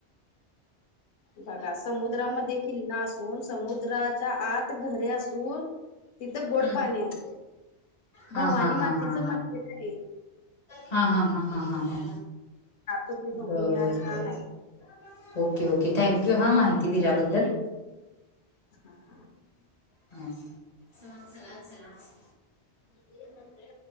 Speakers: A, on the left; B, on the left.
A: बघा समुद्रामध्ये किल्ला असून समुद्राच्या आत घरे असून तिथं गोड
B: हम्म
A: पाणी आहे भावानी
B: हा हा
A: मातेचा
B: हा हा हा
A: मंदिर आहे.
B: हा हा हा हा हा हा
A: तुम्ही बघून
B: बरं
A: या छान
B: बरं.
A: आहे.
B: ओके ओके थँक्यू हा माहिती दिल्याबद्दल.
A: <unintelligible>
B: हा चल चल आत चल
A: मंदीर मध्ये